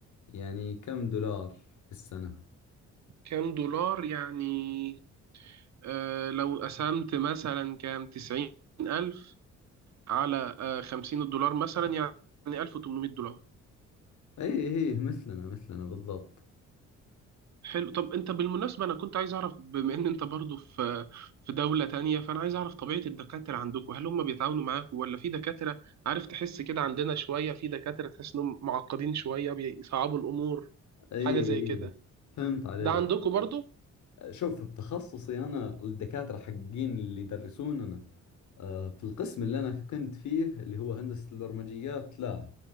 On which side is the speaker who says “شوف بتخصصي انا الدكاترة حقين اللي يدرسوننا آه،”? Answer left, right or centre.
Left